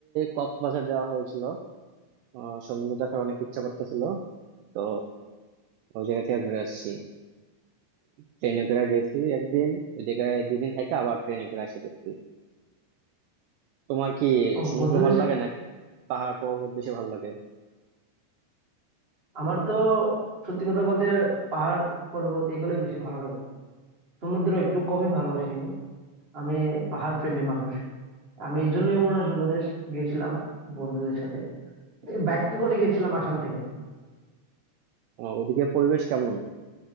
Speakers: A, on the right; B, on the right.
A: কক্সবাজার যাওয়া হয়েছিল আহ সমুদ্র দেখার অনেক ইচ্ছা করতেছিল তো ওই জায়গা থেকে ঘুরে আসছি ট্রেনে করে গেছি একদিন ওই জায়গায় দুদিন থেকে আবার ট্রেনে করে আসা করছি তোমার কি
B: ও
A: সমুদ্র
B: বন্ধুদের
A: ভালো লাগে নাকি পাহাড় পর্বত বেশি ভালো লাগে
B: আমার তো সত্যি কথা বলতে পাহাড় পর্বত এগুলোই বেশি ভালো লাগে সমুদ্র একটু কমই ভালোবাসি আমি আমি পাহাড় প্রেমী মানুষ আমি এই জন্যই অরুণাচল প্রদেশ গিয়েছিলাম বন্ধুদের সাথে এই বাইকে করে গেছিলাম আসাম থেকে
A: আহ, ওদিকে পরিবেশ কেমন